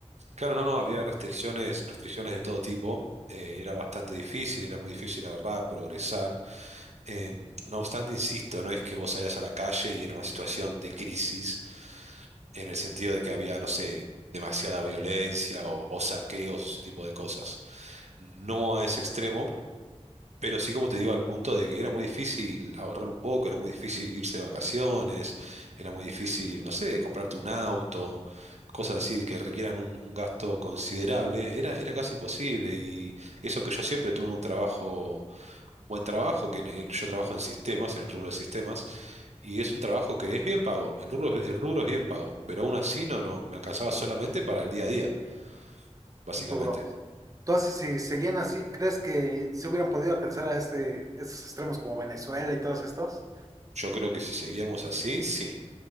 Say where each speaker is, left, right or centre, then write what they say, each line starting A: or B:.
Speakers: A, on the right; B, on the right.
A: claro, no, no, había restricciones, restricciones de todo tipo. eh, era bastante difícil, era muy difícil ahorrar, progresar. Em, no obstante, insisto, no es que vos salías a la calle y era una situación de crisis en el sentido de que había, no sé, demasiada violencia o, o saqueos, ese tipo de cosas. No a ese extremo, pero sí, como te digo, al punto de que era muy difícil ahorrar un poco, era muy difícil irse de vacaciones, era muy difícil, no sé, comprarte un auto, cosas así que requieran un, un gasto considerable, era, era casi imposible. Y eso que yo siempre tuve un trabajo, un buen trabajo, que en el- yo trabajo en sistemas, en el rubro de sistemas, y es un trabajo que es bien pago, el rubro, el rubro es bien pago, pero aún así no, no me alcanzaba solamente para el día a día, básicamente.
B: Sí, bro. Entonces, si seguían así, ¿crees que se hubieran podido alcanzar a este, esos extremos como Venezuela y todos estos?
A: Yo creo que si seguíamos así, sí,